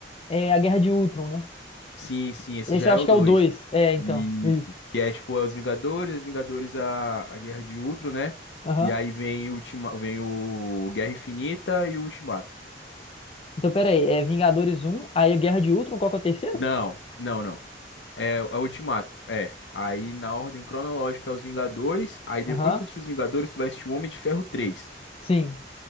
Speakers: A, on the left; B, on the left.
A: é, A Guerra de Ultron, né?
B: Sim, sim, esse
A: Esse
B: já
A: eu
B: é
A: acho
B: o
A: que
B: dois
A: é o 2. É, então,
B: Isso.
A: isso.
B: Que é tipo, é os Vingadores, os Vingadores a, a Guerra de Ultron, né?
A: Aham.
B: E aí vem o, Ultima, vem o Guerra Infinita e o Ultimato.
A: Então, peraí, é Vingadores um, aí a Guerra de Ultron, qual que é o terceiro?
B: Não, não, não. É, é o Ultimato, é. Aí na ordem cronológica é os Vingadores. Aí depois
A: Aham,
B: que tu assistir os Vingadores, tu vai assistir o Homem de Ferro três
A: sim.